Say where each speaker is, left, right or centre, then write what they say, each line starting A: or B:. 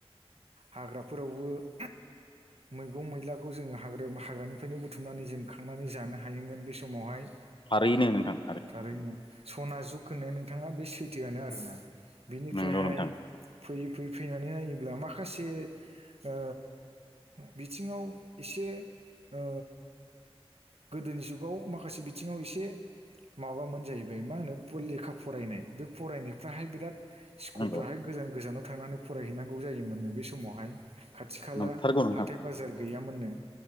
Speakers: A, on the right (about 80°); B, on the left (about 55°).
A: हाग्राफोरावबो <unintelligible> मैगं मैलाखौ जोंङो हाग्रा हाग्रानिफ्रायनो बुथुमनानै जों खांनानै जानो हायोमोन बे समावहाय
B: थारैनो नोंथां।
A: थारैनो सना जुग होननाया नोंथाङा बे सैथोआनो आरोना बिनिफ्रायहाय
B: नंगौ नोंथां
A: फैयै फैयै फैनानै नायोब्ला माखासे ओ बिथिङाव एसे ओ गोदोनि जुगाव माखासे बिथिङाव एसे माबामोन जाहैबाय मा होनो फ लेखा फरायनाय बे फरायनायफ्राहाय बिराद स्कुलफ्राहाय
B: नंगौ
A: गोजान गोजानाव थांनानै फरायहैनांगौ जायोमोननो बे समावहाय खाथि खाला
B: नंथारगौ नोंथां
A: हाथाय बाजार गैयामोननो